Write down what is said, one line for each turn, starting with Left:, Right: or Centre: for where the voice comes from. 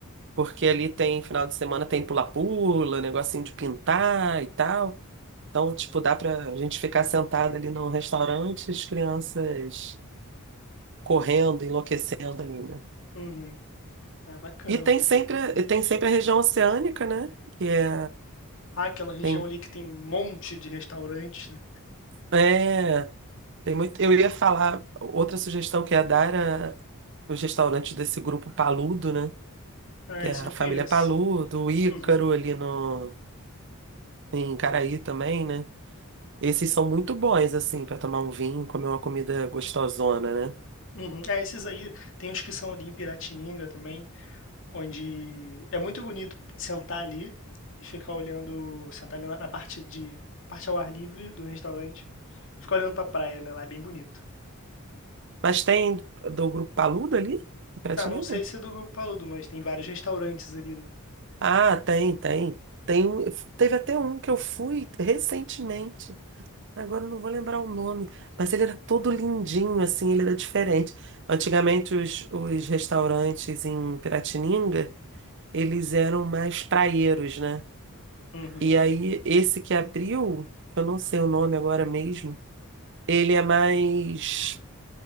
Right: Porque ali tem final de semana tem pula-pula, negocinho de pintar e tal. Então, tipo, dá pra gente ficar sentado ali num restaurante, as crianças correndo, enlouquecendo ali, né?
Left: uhum. Ah, bacana.
Right: E tem sempre, e tem sempre a região oceânica, né? Que é,
Left: Ah, aquela região
Right: tem,
Left: ali que tem um monte de restaurantes, né.
Right: é, tem muito. Eu ia falar, outra sugestão que ia dar era os restaurantes desse grupo Paludo, né?
Left: Ah,
Right: Que
Left: isso
Right: é a
Left: eu
Right: família
Left: conheço.
Right: Paludo, o Ícaro
Left: Uhum,
Right: ali no, em Caraí também, né? Esses são muito bons, assim, para tomar um vinho, comer uma comida gostosona, né?
Left: uhum. É, esses aí, tem os que são ali em Piratininga também, onde é muito bonito sentar ali e ficar olhando, sentar ali na, na parte de parte ao ar livre do restaurante, ficar olhando pra praia, né? Lá é bem bonito.
Right: Mas tem do grupo Paludo ali? em Prateleira?
Left: Ah, não sei se é do Grupo Paludo, mas tem vários restaurantes ali, né?
Right: Ah, tem, tem. Tem, teve até um que eu fui recentemente. Agora eu não vou lembrar o nome, mas ele era todo lindinho, assim, ele era diferente. Antigamente, os, os restaurantes em Piratininga, eles eram mais praieiros, né?
Left: Uhum,
Right: E aí, esse que abriu, que eu não sei o nome agora mesmo, ele é mais,